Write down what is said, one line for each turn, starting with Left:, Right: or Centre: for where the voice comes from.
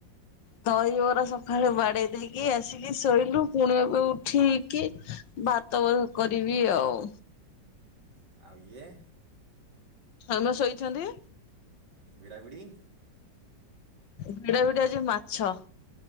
Left: ଦହିବରା ସକାଳେ ବାଡେଇ ଦେଇକି ଆସିକି ଶୋଇଲୁ ପୁଣି ଏବେ ଉଠିକି ତବକୁ କରିବି ଆଉ।
Right: ଆଉ ଇଏ।
Left: ଧନ ଶୋଇଛନ୍ତି?
Right: ଭିଡ଼ା ଭିଡ଼ି।
Left: ଭିଡା ଭିଡ଼ି ଆଜି ମାଛ।